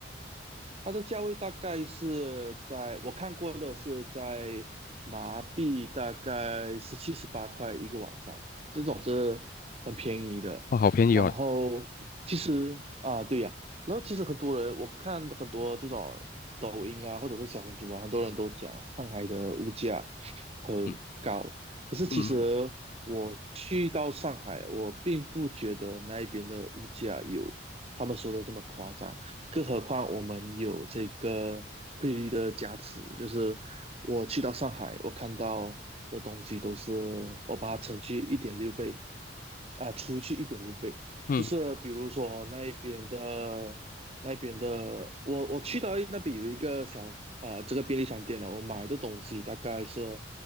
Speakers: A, on the right; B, on the left.
A: 它的价位大概是在我看过的是在马币大概十七十八块一个晚上，这种是很便宜的。
B: 哦，好便宜哦，
A: 然后其实啊，对呀、然后其实很多人我看很多这种抖音啊，或者是小红书啊，很多人都讲上海的物价很高，
B: 嗯
A: 可是其实我去到上海，
B: 嗯
A: 我并不觉得那一边的物价有他们说的这么夸张。更何况我们有这个汇率的加持，就是我去到上海，我看到的东西都是我把它乘去一点六倍，啊、除去一点六倍，
B: 嗯
A: 就是比如说那一边的那边的，我我去到那边有一个小呃这个便利商店了，我买的东西大概是